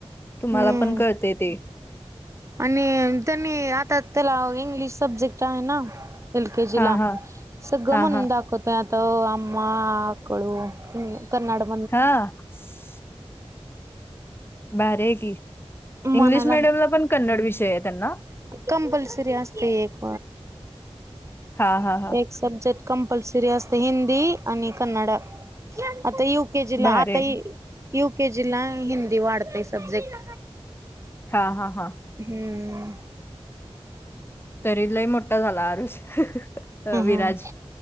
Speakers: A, on the left (about 20°); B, on the right (about 30°).
A: तुम्हाला
B: हम्म.
A: पण कळते ते.
B: आणि त्यांनी आता त्याला इंग्लिश सब्जेक्ट आहे ना. एलकेजीला
A: हां हां
B: सगळं
A: हां
B: म्हणून
A: हां
B: दा <unintelligible> <unintelligible> कोते आताव अम आकळ ह कर्नाटक <unintelligible>
A: हा <unintelligible> भारी आहे की
B: म्हणाय
A: इंग्लिश मिडियमला पण कन्नड विषय आहे त्यांना.
B: कम्पल्सरी असते एक
A: हा हा हा <inaudible> <unintelligible>
B: बजेक्ट कंपल्सरी असत हिंदी आणि कन्नडा आता य केजी ला
A: भारी
B: आता
A: आहे
B: युकेेजीला हिंदी वाढतेय सब्जेक्ट.
A: हा हा हा
B: हम्म
A: तरी लई मोठा झाला आरुष. <unintelligible> विराज
B: हम्म